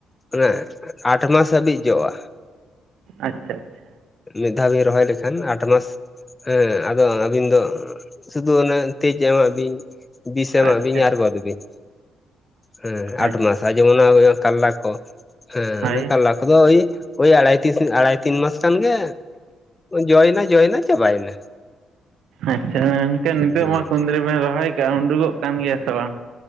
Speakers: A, on the left (about 20°); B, on the right (about 80°).
A: ᱚᱱᱟᱮ ᱟᱴ ᱢᱟᱥ ᱦᱟᱹᱵᱤᱡ ᱡᱚᱜᱼᱟ᱾
B: ᱟᱪᱪᱷᱟ ᱟᱪᱪᱷᱟ ᱾
A: ᱢᱤᱫ ᱫᱷᱟᱣ ᱵᱤᱱ ᱨᱚᱦᱚᱭ ᱞᱮᱠᱷᱟᱱ ᱟᱴ ᱢᱟᱥ ᱦᱮᱸ ᱟᱫᱚ ᱟᱹᱵᱤᱱ ᱫᱚ ᱥᱩᱫᱷᱩ ᱚᱱᱮ ᱛᱮᱡ ᱮᱢᱟᱜ ᱵᱤᱱ ᱵᱤᱥ
B: ᱟᱪᱪᱷᱟ
A: ᱮᱢᱟᱜ ᱵᱤᱱ
B: ᱟᱪᱪᱷᱟ
A: ᱟᱨ ᱜᱚᱫ ᱵᱤᱱ᱾ ᱦᱮᱸ
B: ᱟᱪᱪᱷᱟ
A: ᱟᱴ ᱢᱟᱥ ᱟᱨ ᱡᱤᱢᱚᱱ ᱚᱱᱟ ᱠᱟᱞᱞᱟ ᱠᱚ ᱦᱮᱸ ᱚᱱᱮ
B: ᱦᱳᱭ
A: ᱠᱟᱞᱞᱟ ᱠᱚᱫᱚ ᱳᱭ ᱟᱲᱟᱭ ᱛᱤᱥ ᱟᱲᱟᱭ ᱛᱤᱱ ᱢᱟᱥ ᱠᱷᱟᱱ ᱜᱮ ᱡᱚᱭᱮᱱᱟ ᱡᱚᱭᱮᱱᱟ ᱪᱟᱵᱟᱭᱮᱱᱟ᱾
B: ᱟᱪᱪᱷᱟ ᱮᱱᱠᱷᱟᱱ ᱱᱤᱛᱚᱜ
A: ᱦᱩᱸ
B: ᱢᱟ ᱠᱩᱫᱽᱨᱤ ᱵᱮᱱ ᱨᱚᱦᱚᱭ ᱠᱟᱜᱼᱟ ᱩᱰᱩᱠᱚᱜ ᱠᱟᱱ ᱜᱮᱭᱟ ᱥᱮ ᱵᱟᱝ?